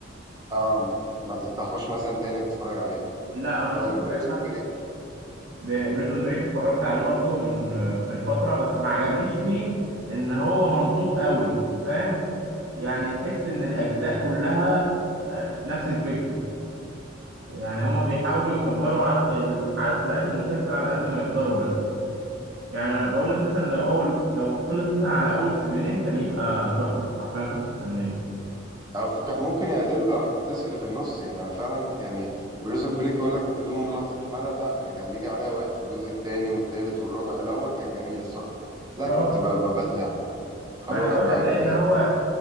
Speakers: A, on the right; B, on the right.
A: اه ما ما تفتحوش مثلا تاني تتفرج عليه
B: لا انا
A: طيب
B: بقول لك
A: بريزون
B: ما
A: بريك
B: بريزون بريك اتفرجت عليه برضو من من فترة بس ما عجبنيش فيه ان هو ممطوط قوي فاهم يعني تحس ان الاجزاء كلها آه، نفس الفكرة يعني هما بيحاولوا يكبروا عد... ال- عدد حلقات المسلسل على قد ما يقدروا بس يعني انا بقول لك مثلا لو اول لو خلص مثلا على اول سيزونين كان يبقى تحفة حرفيا تحفة فنية
A: او ف- كان ممكن يقللوا الاحداث اللي في النص يعني انا فعلا يعني بريزون بريك يقول لك بدون لحظة ملل لا انا كان بيجي عليا اوقات في الجزء التاني والتالت والرابع الاول كان جميل الصراحة لا
B: اه
A: كنت ب- ب- بزهق خلاص
B: ما انا هقول
A: بقى
B: لك لان
A: كفاية
B: هو